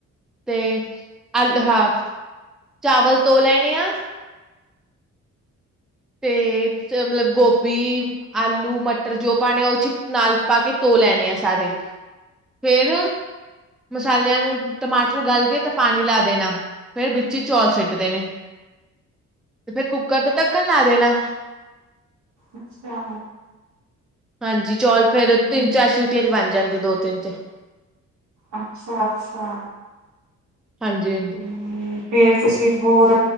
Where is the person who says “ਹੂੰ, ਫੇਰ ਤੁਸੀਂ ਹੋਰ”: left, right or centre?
Right